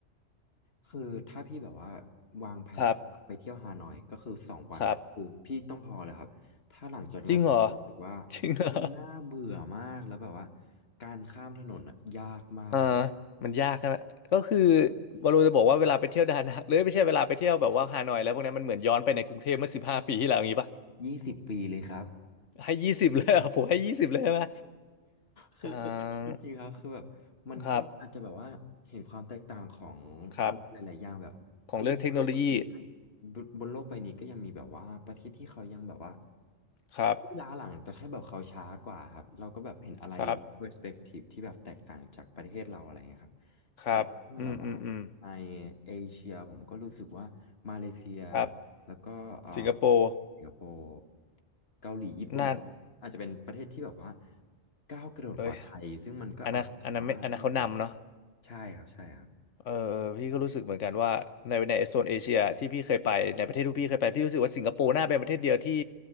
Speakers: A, on the left (about 55°); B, on the left (about 75°).
A: คือถ้าพี่แบบว่าวางแผนไปเที่ยวฮานอยก็คือสองวันคือพี่ต้องพอแล้วครับถ้าหลังจากนั้นรู้สึกว่า
B: ครับครับจริงเหรอ <laughs> จริงเหรอ
A: มันน่าเบื่อมากแล้วแบบว่าการข้ามถนนอ่ะยากมากครับ
B: อ่ามันยากใช่ไหมก็คือวาโลจะบอกว่าเวลาไปเที่ยวดานัง <laughs> หรือไม่ใช่เวลาไปเที่ยวแบบว่าฮานอยแล้วพวกนั้นมันเหมือนย้อนไปในกรุงเทพเมื่อสิบห้าปีที่แล้วอย่างงี้ป่ะ
A: ยี่สิบปีเลยครับ
B: ให้ยี่สิบเลยอะผมให้ยี่สิบเลยใช่ไหม
A: คือคืออันนี้จริงๆครับคือแบบมันก็อาจจะแบบว่าเห็นความแตกต่างของอะไรหลายๆอย่างแบบเฮ้ยบนโลกใบนี้ก็
B: อ่าครับ ครับของเรื่องเทคโนโลยี
A: บนบนโลกใบนี้ก็ยังมีแบบว่าประเทศที่เขายังแบบว่า
B: ครับ
A: ล้าหลังแต่แค่แบบเขาช้ากว่าครับเราก็แบบเห็นอะไรเ
B: ครับ
A: e อร์สเปกทีฟที่แบบแตกต่างจากประเทศเราอะไรเงี้ยครับ
B: ครับอืมอืมอืม
A: แต่ว่าถ้าแบบว่าในเอเชียผมก็รู้สึกว่ามาเลเซีย
B: ครับ
A: แล้วก็อ่า
B: สิงคโปร์
A: สิงคโปร์เกาหลีญี่ปุ่นอ่ะอาจจะเป็นประเทศที่แบบว่า
B: น่าน
A: ก้าวกระโดดกว่าไทยซึ่งมันก็อาจจะแบบว่าน่าสน
B: เลยอันนั้นอันนั้นไม่อันนั้นเขานำเนาะ
A: ใช่ครับใช่ครับ
B: เออพี่ก็รู้สึกเหมือนกันว่าในในโซนเอเชียที่พี่เคยไปในประเทศที่พี่เคยไปพี่รู้สึกว่าสิงคโปร์น่าเป็นประเทศเดียวที่